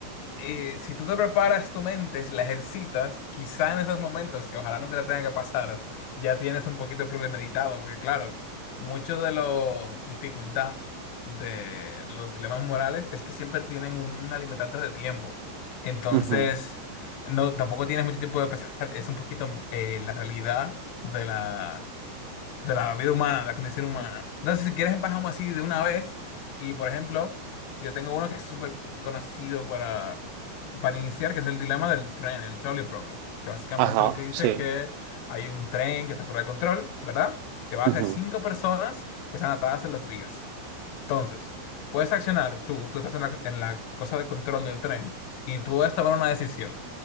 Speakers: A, on the left (about 80°); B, on the right (about 85°).
A: eh, si tú te preparas tu mente, si la ejercitas, quizá en esos momentos, que ojalá nunca te tenga que pasar, ya tienes un poquito premeditado, porque claro, mucho de la dificultad de los dilemas morales es que siempre tienen un limitante de tiempo. Entonces,
B: ujú.
A: no, tampoco tienes mucho tiempo de pensar, es un poquito eh, la realidad de la de la vida humana, de la condición humana. Entonces, si quieres, empezamos así de una vez. Y, por ejemplo, yo tengo uno que es súper conocido para, para iniciar, que es el dilema del tren, el trolley problem. Que básicamente
B: Ajá,
A: lo que dice
B: sí.
A: es que hay un tren que está fuera de control, ¿verdad? Que va
B: Ujú,
A: hacia cinco personas que están atadas en las vigas. Entonces, puedes accionar tú, tú estás en la, en la cosa de control del tren y tú puedes tomar una decisión,